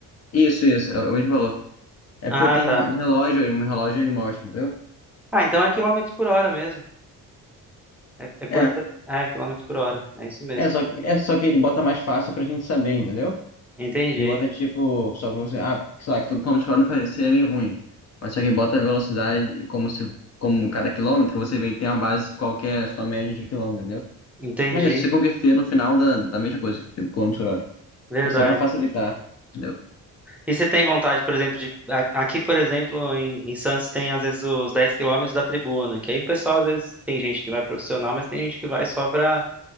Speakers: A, on the left; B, in the centre.
A: Isso, isso, é o mesmo valor. É
B: Ah,
A: porque eu tenho
B: tá.
A: um re- um relógio e o meu relógio ele mostra, entendeu?
B: Ah, então é quilômetros por hora mesmo. É, é quanto
A: É,
B: você... É, quilômetros por hora. É isso mesmo.
A: é só, que- é só que ele bota mais fácil pra gente saber, entendeu?
B: Entendi.
A: E bota tipo, só como se, ah, sei lá, que todo controle não faz- seria meio ruim. Mas se alguém bota a velocidade como se, como cada quilômetro, você meio que tem a base de qual que é a sua média de quilômetro, entendeu?
B: Entendi.
A: Mas é, se você converter no final da, da mesma coisa, tipo, quilômetro por hora.
B: Verdade.
A: É só pra facilitar, entendeu?
B: E você tem vontade, por exemplo, de. a- Aqui, por exemplo, em, em Santos tem às vezes os 10 quilômetros da tribuna, que aí o pessoal às vezes tem gente que vai profissional, mas tem gente que vai só pra.